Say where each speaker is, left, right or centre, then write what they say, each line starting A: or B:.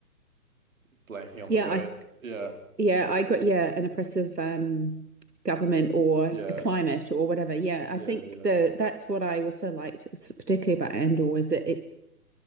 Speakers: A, on the right; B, on the right.
A: blanking on
B: yeah.
A: the word.
B: I
A: Yeah,
B: Yeah, I got, yeah, an oppressive um, government or
A: yeah,
B: a climate or whatever. Yeah, I
A: yeah,
B: think
A: yeah.
B: the that's what I also liked, s- particularly about Andor, was that it